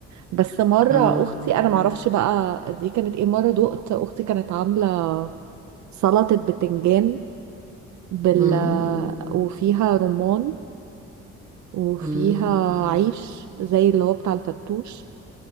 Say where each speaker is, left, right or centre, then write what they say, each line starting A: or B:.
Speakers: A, on the right; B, on the right.
A: بس مرة
B: آه
A: أختي أنا معرفش بقى دي كانت إيه مرة دقت أختي كانت عاملة سلطة بتنجان بال
B: أم.
A: وفيها رمان وفيها
B: أم.
A: عيش زي اللي هو بتاع الفتوش